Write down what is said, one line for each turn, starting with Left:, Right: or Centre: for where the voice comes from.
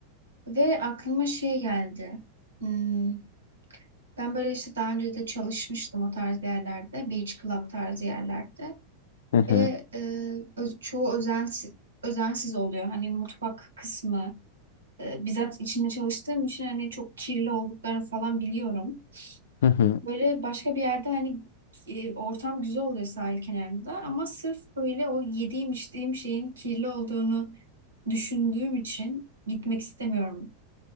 Right: Ve aklıma şey geldi. Hmm, ben böyle işte daha önce de çalışmıştım o tarz yerlerde. Beach Club tarzı yerlerde.
Left: Hı hı.
Right: ve e, öz- çoğu özensiz, özensiz oluyor. Hani mutfak kısmı e, bizzat içinde çalıştığım için hani çok kirli olduklarını falan biliyorum.
Left: Hı hı.
Right: Böyle başka bir yerde hani e, ortam güzel oluyor sahil kenarında ama sırf böyle o yediğim içtiğim şeyin kirli olduğunu düşündüğüm için gitmek istemiyorum.